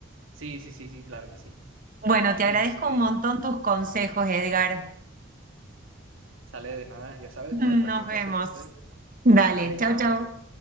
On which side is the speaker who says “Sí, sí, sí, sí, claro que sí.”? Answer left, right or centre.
Right